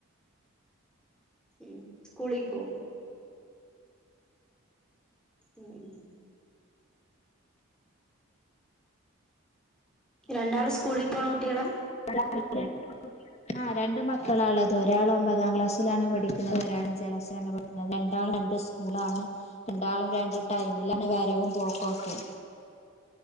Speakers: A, in the centre; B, on the left.
A: ഉം സ്കൂളി പോകവും ഉ ഉ രണ്ടാള് സ്കൂളിൽ പോണ കുട്ടികളാ
B: അ <unintelligible> ആഹ രണ്ട് മക്കളാള്ളത് ഒരാൾ ഒമ്പതാം ക്ലാസ്സിലാണ് പഠിക്കുന്നത് ഒരാൾ അഞ്ചാം ക്ലാസ്സിലാണ് പഠി ക്കുന്നത് രണ്ടാം രണ്ട് സ്കൂളാണ് രണ്ടാളും രണ്ട് ടൈമിലാണ് വരലും പോക്കോക്കെ